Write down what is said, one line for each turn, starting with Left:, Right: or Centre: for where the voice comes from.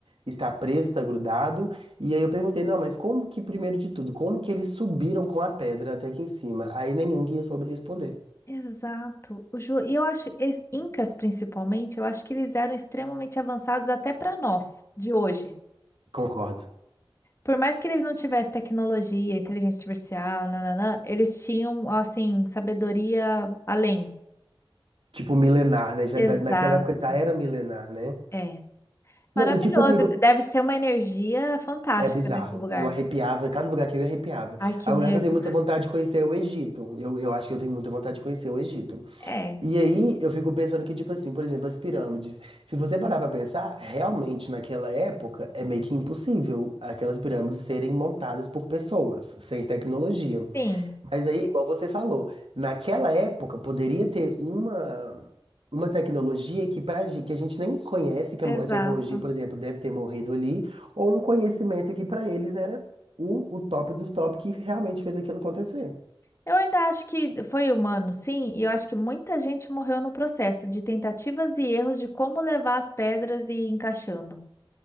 Right: Está preso, está grudado. E aí eu perguntei, não, mas como que, primeiro de tudo, como que eles subiram com a pedra até aqui em cima? Aí nenhum guia soube responder.
Left: Exato. O Ju... E eu acho, es- incas principalmente, eu acho que eles eram extremamente avançados até para nós, de hoje.
Right: Concordo.
Left: Por mais que eles não tivessem tecnologia, inteligência artificial, nananã, eles tinham, assim, sabedoria além.
Right: Tipo, milenar, né? Já,
Left: Exato.
Right: da- naquela época já era milenar, né?
Left: É. Maravilhoso.
Right: Não, e tipo assim, go-
Left: Deve ser uma energia fantástica
Right: é bizarro.
Left: nesse lugar.
Right: Eu arrepiava, cada lugar que eu ia, arrepiava.
Left: Ai, que
Right: A lugar
Left: medo.
Right: que eu tenho muita vontade de conhecer é o Egito. Eu, eu acho que eu tenho muita vontade de conhecer o Egito.
Left: É,
Right: E aí eu fico pensando que, tipo assim, por exemplo, as pirâmides. Se você parar pra pensar, realmente naquela época é meio que impossível aquelas pirâmides serem montadas por pessoas, sem tecnologia.
Left: sim,
Right: Mas aí, igual você falou, naquela época poderia ter uma, uma tecnologia que, pra, gen- que a gente nem conhece, que
Left: exato.
Right: a mo- a tecnologia, por exemplo, deve ter morrido ali, ou um conhecimento que para eles era o, o top dos top que realmente fez aquilo acontecer.
Left: Eu ainda acho que foi humano, sim, e eu acho que muita gente morreu no processo de tentativas e erros de como levar as pedras e ir encaixando.